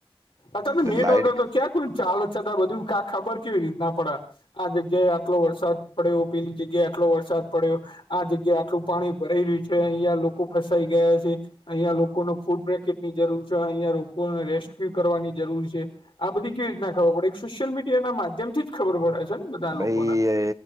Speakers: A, on the left (about 70°); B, on the right (about 35°).
A: અત્યારે તો નેટ
B: એટલે લાઈટ
A: વગેર તો ક્યા કોઈને ચાલે છે, બધું કા ખબર કેવી રીત ના પડે આ જગ્યાએ આટલો વરસાદ પડ્યો પેલી જગ્યા આટલો વરસાદ પડ્યો. આ જગ્યા આટલું પાણી ભરાઈ રહ્યું છે, અહિયાં લોકો ફસાઈ ગયા છે. અહિયાં લોકો ને ફૂડ પેકેટ ની જરૂર છે, અહિયા લોકોને રેસ્ક્યુ કરવાની જરૂર છે. આ બધી કેવી રીતના ખબર પડે સોશિયલ મીડિયા ના માધ્યમથી જ ખબર પડે છે. ને બધા
B: ભાઈ
A: લોકોને